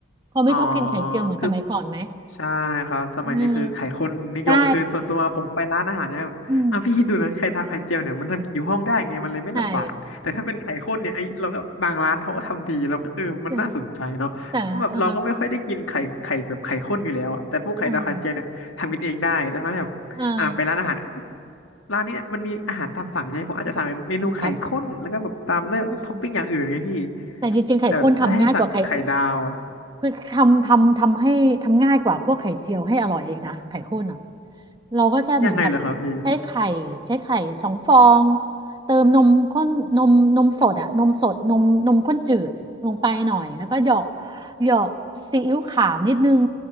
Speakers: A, on the right; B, on the left.
A: เขาไม่ชอบกินไข่เจียวเหมือนสมัยก่อนไหม
B: อ๋อคือใช่ครับสมัยนี้คือไข่ข้นนิยมคือส่วนตัวผมไปร้านอาหารเนี่ยแบบอ่ะพี่คิดดูนะไข่ดาวไข่เจียวเนี่ยมันทำกินอยู่ห้องได้ไงมันเลยไม่ลำบากแต่ถ้าเป็นไข่ข้นเนี่ยไอเราก็บางร้านเขาก็ทำดีเราก็เออมันน่าสนใจเนาะเพราะแบบเราก็ไม่ค่อยได้กินไข่ไข่แบบไข่ข้นอยู่แล้วอะแต่พวกไข่ดาวไข่เจียวเนี่ยทำกินเองได้แต่ถ้าแบบอ่ะไปร้านอาหารเนี่ย
A: เออใช่อืมใช่เออแต่เออเออเออ
B: ร้านนี้เนี่ยมันมีอาหารตามสั่งใช่ไหมผมอาจจะสั่งเป็นเมนูไข่ข้นแล้วก็แบบตามเลือกท็อปปิ้งอย่างอื่นไงพี่
A: ครับ อืมแต่จริงๆไข่ข้นทำง่ายกว่าไข่
B: แต่แบบถ้าให้สั่งไข่ดาวอะ
A: คือทำทำทำให้ทำง่ายกว่าพวกไข่เจียวให้อร่อยเองนะไข่ข้นอ่ะเราก็แค่เหมือนแบบ
B: ยังไงเหรอครับพี่
A: ใช้ไข่ใช้ไข่สองฟองเติมนมข้นนมนมสดอ่ะนมสดนมนมข้นจืดลงไปหน่อยแล้วก็เหยาะเหยาะซีอิ๊วขาวนิดนึง